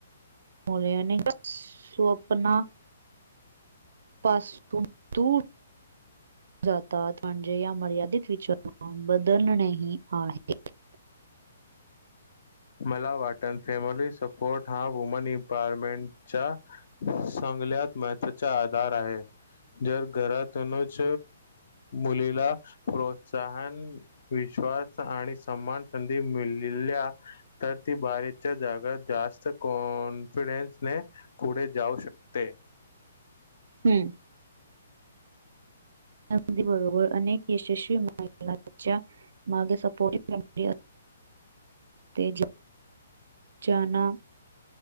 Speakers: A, on the right (about 55°); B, on the left (about 50°).
A: मलने स्वप्ना पासून द जातात म्हणजे या मर्यादित विचारा बदलणेही आहेत
B: <inaudible> मला वाट फॅमिली सपोर्ट हा वुमन एमपावरमेंटच्या सं सगल्यात महवाचा आधार आहे जर घरातनुच मुलीला प्रोत्साहन विश्वास आणि सन्मान संधी मिळल्या तर ती बारीकच्या जागात जास्त कॉन्फिडेन्से पुढे जाऊ शक ते
A: हम्म अगदी बरोबर अनेक यशस्वी म लाच्या मागे सपोर्टिव मेमरी असं ते जाना